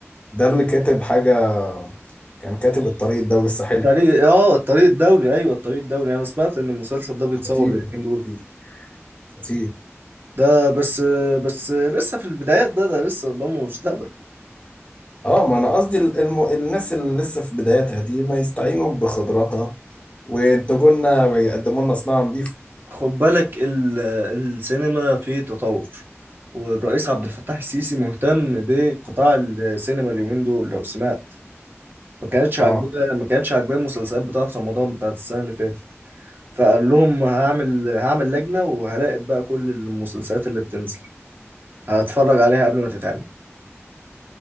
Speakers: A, on the left (about 25°); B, on the right (about 45°).
A: ده اللي كاتب حاجة كان كاتب الطريق الدولي الساحلي
B: الطريق اه الطريق الدولي ايوه الطريق الدولي انا سمعت ان المسلسل ده بيتصور
A: خطير
B: اليومين دول
A: خطير خطير
B: ده بس بس لسه في البدايات ده ده لسه قدامه مستقبل
A: اه ما انا قصدي ال- الم... الناس اللي لسه في بداياتها دي ما يستعينوا بخبراتها وينتجوا لنا ويقدموا لنا صناعة نظيفة
B: خد بالك ال- السينما في تطور والرئيس عبد الفتاح السيسي مهتم بقطاع السينما اليومين دول لو سمعت ما كانتش
A: اه
B: عاجباه ما كانتش عاجباه المسلسلات بتاعت رمضان بتاعت السنة اللي فاتت فقال لهم هعمل هعمل لجنة وهراقب بقى كل المسلسلات اللي بتنزل هتفرج عليها قبل ما تتعمل